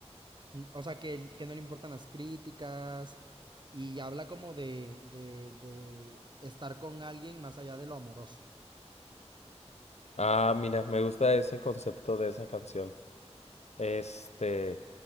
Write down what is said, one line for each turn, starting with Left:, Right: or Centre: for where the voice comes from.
Right: Mm, O sea, que, el- que no le importan las críticas y habla como de, de, de estar con alguien más allá de lo amoroso.
Left: Ah, mira, me gusta ese concepto de esa canción. Este,